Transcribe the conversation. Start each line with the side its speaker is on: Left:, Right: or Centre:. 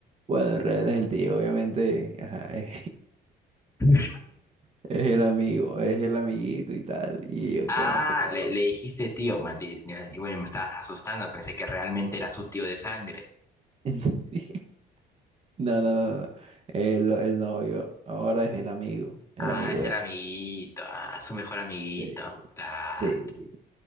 Right: Bueno, en realidad es el tío, obviamente. Ajá, <laughs> eh.
Left: <laughs>
Right: Es el amigo, es el amiguito y tal. Y yo
Left: Ah,
Right: como que... joda.
Left: le, le dijiste tío, Mati. Y bueno, me estabas asustando, pensé que realmente era su tío de sangre.
Right: <laughs> No, no, no, no. El, el novio. Ahora es el amigo. El
Left: Ah,
Right: amigo
Left: es
Right: es.
Left: el amiguito, ah, su mejor amiguito.
Right: Sí,
Left: Claro.
Right: sí.